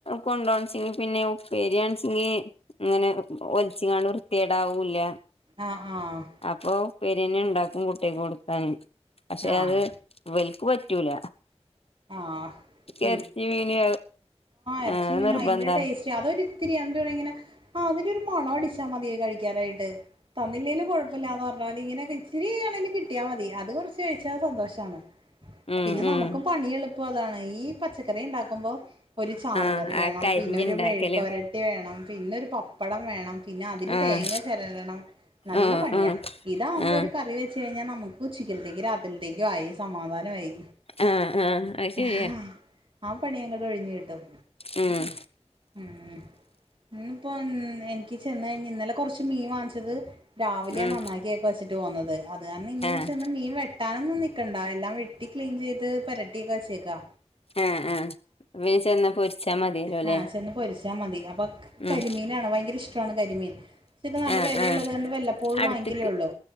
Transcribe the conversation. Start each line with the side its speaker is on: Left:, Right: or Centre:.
Left: കൊണ്ടോണച്ചെങ്കി പിന്നെ ഉപ്പേരിയാണച്ചെങ്കി അങ്ങനെ ഒലിച്ച് ങ്ങോണ്ട് വൃത്തിയേടാവുല്ല.
Right: ആഹ് ആഹ്
Left: അപ്പൊ ഉപ്പേരി തന്നെ ഉണ്ടാക്കും കുട്ടികൾക്ക് കൊടുക്കാന് പക്ഷെ
Right: ആഹ്
Left: അത് ഇവലക്ക് പറ്റൂല.
Right: ആഹ്
Left: ഇറച്ചി മീന്
Right: ഇറച്ചിമീനു
Left: ആഹ് നിർബന്ധ
Right: അതിന്റെ ടേസ്റ്റ് അതൊരിത്തിരി എന്ത് പറയു ഇങ്ങനെ ആഹ് അതിന്റെ ഒരു മണം അടിച്ചാൽ മതിയേ കഴിക്കാനായിട്ട്. തന്നില്ലേലും കുഴപ്പമില്ലാന്ന് പറഞ്ഞാമതി ഇങ്ങനെ ഇച്ചിരിയാണെങ്കിൽ കിട്ടിയാ മതി അത് കുറച്ച് കഴിച്ചാൽ സന്തോഷമാണ്.
Left: ഉം
Right: പിന്നെ നമ്മുക്ക്
Left: ഉം
Right: പണി എളുപ്പം അതാണ് ഈ പച്ചക്കറി ഉണ്ടാക്കുമ്പോ ഒരു ചാറു
Left: ആഹ്
Right: കറി വേണം
Left: ആ കരിഞ്ഞുണ്ടാക്കലും
Right: പിന്നെ ഒരു മെഴുക്കുപുരട്ടി വേണം പിന്നെ ഒരു പപ്പടം വേണം പിന്നെ അതിന്
Left: ആഹ്
Right: തേങ്ങ ചെരകണം നല്ല
Left: ആഹ്
Right: പണിയാ
Left: ആഹ്
Right: ഇതാവുമ്പോ
Left: ആഹ്
Right: ഒരു കറി വെച്ച് കഴിഞ്ഞാൽ നമ്മുക്ക് ഉച്ചിക്കലത്തേക്കും രാത്രിലത്തേക്കും ആയി സമാധാനമായി.
Left: ആഹ് ആഹ് അത്
Right: <unintelligible>
Left: ശരിയാ
Right: ആഹ് പണി അങ്ങോട്ടു കഴിഞ്ഞു കിട്ടും.
Left: ഉം
Right: ഉം ഇന്നിപ്പോ എനിക്ക് ചെന്ന് കഴിഞ്ഞ് ഇന്നലെ കൊറച്ച് മീൻ വാങ്ങിച്ചത് രാവിലെയാ
Left: ഉം
Right: നന്നാക്കിയെക്കെ വെച്ചിട്ട് പോന്നത് അത് കാരണം ഇന്ന് ഇനി
Left: ആഹ്
Right: ചെന്ന് മീൻ വെ വെട്ടാനൊന്നും നിക്കക്കണ്ട എല്ലാം വെട്ടിക്ലീൻ ചെയ്ത് പെരട്ടിയക്കെ വച്ചേക്കാ.
Left: ആഹ് ആഹ് പിന്നെ ചെന്നാ പൊരിച്ചാ മതിയല്ലോ അല്ലേ
Right: ആഹ് ചെന്ന് പൊരിച്ചാ മതി അപ്പൊ
Left: ഉം
Right: കരിമീനാണ് ഭയങ്കര ഇഷ്ടമാണ് കരിമീൻ. ച്ചക്ക് നല്ല
Left: ആഹ്
Right: വിലയുള്ളതുകൊണ്ട്
Left: ആഹ്
Right: വല്ലപ്പോഴും
Left: അടുത്ത്ക്ക്
Right: വാങ്ങിക്കലേ ഉള്ളൂ.